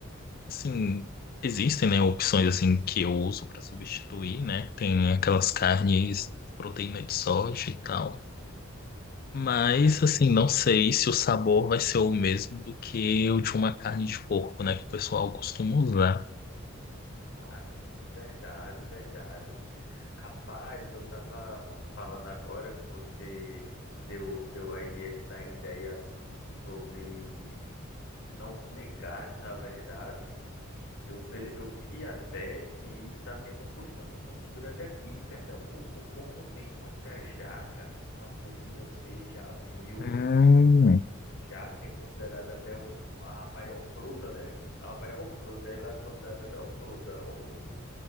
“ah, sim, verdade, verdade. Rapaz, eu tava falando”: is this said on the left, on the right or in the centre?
Left